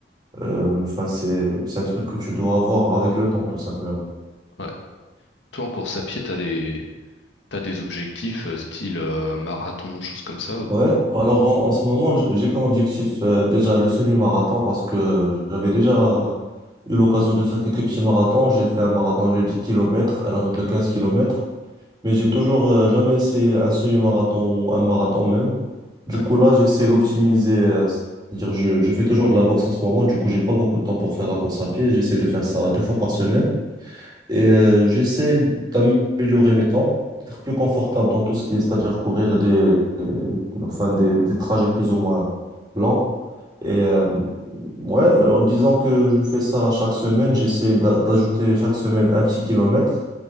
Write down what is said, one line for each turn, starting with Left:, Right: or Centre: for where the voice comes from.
Right: euh, enfin c'est c'est un truc que tu dois avoir avec le temps tout simplement.
Left: ouais. Toi, en course à pied, t'as des, t'as des objectifs euh, style euh, marathon, choses comme ça, ou...
Right: Ouais, alors en, en ce moment, j- j'ai comme objectif euh, déjà le semi-marathon parce que j'avais déjà eu l'occasion de faire quelques petits marathons, j'ai fait un marathon de dix kilomètres un autre de quinze kilomètres mais j'ai toujours euh, jamais essayé un semi-marathon ou un marathon même. Du
Left: Ouais,
Right: coup, là, j'essaie d'optimiser, euh, c'est-à-dire je, je fais toujours de la boxe en ce moment, du coup, j'ai pas beaucoup de temps pour faire la course à pied. J'essaie de faire ça deux fois par semaine et euh, j'essaie d'améliorer mes temps, d'être plus confortable dans tout ce qui est, c'est-à-dire courir des, euh, enfin, des, des trajets plus ou moins lents. Et euh, ouais, en disant que je fais ça chaque semaine, j'essaie d'a- d'ajouter chaque semaine un petit kilomètre.